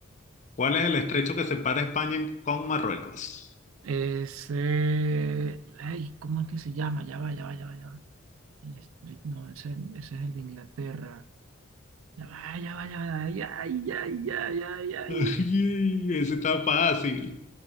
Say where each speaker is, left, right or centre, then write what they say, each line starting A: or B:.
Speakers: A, on the left; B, on the right.
A: ¿Cuál es el estrecho que separa España y- con Marruecos?
B: Es, eh, ay, ¿cómo es que se llama? Ya va, ya va, ya va, ya va. El street- no, ese, ese es el de Inglaterra. Ya va, ya va, ya va. Ay, ay, ay, ay, ay,
A: <laughs>
B: ay.
A: Ay, ese está fácil.